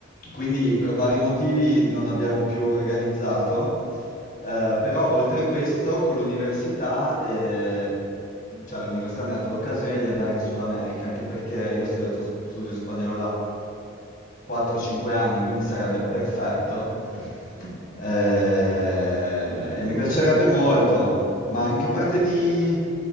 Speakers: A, on the left; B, on the right.
A: quindi per vari motivi non abbiamo più organizzato, eh, però oltre questo, con l'università, eh, cioè l'università mi ha dato l'occasione di andare in Sud America, anche perché io ho studiato studio spagnolo da 4-5 anni, quindi sarebbe
B: wow.
A: perfetto.
B: <laughs> Vabbè,
A: Eh,
B: almeno
A: e
B: lo
A: mi
B: puoi
A: piacerebbe
B: praticare.
A: molto. Ma in che parte di,